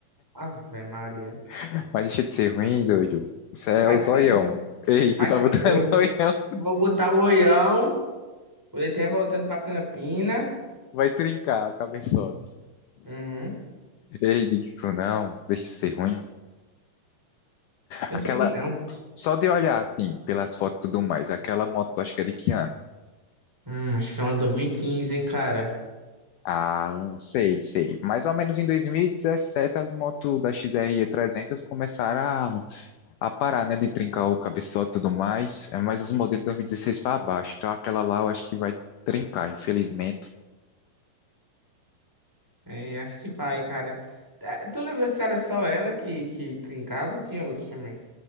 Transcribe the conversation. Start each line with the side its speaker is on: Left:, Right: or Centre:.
Centre: Ave Maria.
Left: <laughs> Mas deixa de ser ruim, doido. Isso é
Centre: Mas
Left: o zoião.
Centre: trinca.
Left: Ei, tu
Centre: Mas
Left: tá
Centre: trinca.
Left: botando
Centre: Eu
Left: <laughs> zoião.
Centre: vou botar o olhão quando ele estiver voltando pra Campina.
Left: Vai trincar, acaba em sop.
Centre: Uhum.
Left: Ei, diga isso não. Deixa de ser ruim.
Centre: Eu
Left: Aquela,
Centre: não sou ruim, não.
Left: Só de olhar, assim, pelas fotos e tudo mais, aquela moto, acho que é de que ano?
Centre: Hum, acho que é uma 2015, hein, cara?
Left: Ah, sei, sei. Mais ou menos em 2017, as motos da X R e 300 começaram a, a parar, né, de trincar o cabeçote e tudo mais. É mais os modelos de 2016 para baixo. Então, aquela lá eu acho que vai trincar, infelizmente.
Centre: É, acho que vai, cara. Tá, Tu lembra se era só ela que, que trincava ou tinha outras também?